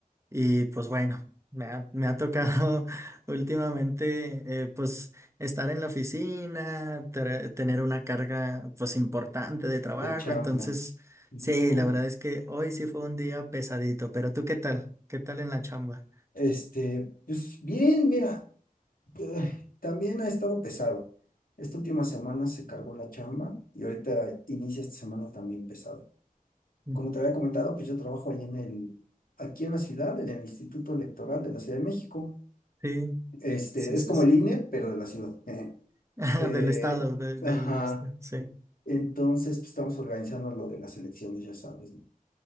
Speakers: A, on the right (about 20°); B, on the left (about 80°).
A: y pues bueno, me ha, me ha tocado <laughs> últimamente eh, pues estar en la oficina, tra- tener una carga pues importante de trabajo.
B: de chamba.
A: Entonces,
B: Híjole,
A: sí, la verdad es que hoy sí fue un día pesadito, pero ¿tú qué tal? ¿Qué tal en la chamba?
B: este, pues bien, mira, eh, también ha estado pesado. Esta última semana se cargó la chamba y ahorita inicia esta semana también pesado.
A: Ujú.
B: como te había comentado, pues yo trabajo ahí en el, aquí en la ciudad, en el Instituto Electoral de la Ciudad de México.
A: Sí,
B: Este,
A: sí,
B: es
A: sí,
B: como
A: sí.
B: el INE, pero de la ciudad. <laughs>
A: <laughs>
B: Eh,
A: Del estado, de- del,
B: ajá.
A: este, sí.
B: Entonces, pues, estamos organizando lo de las elecciones, ya sabes, ¿no?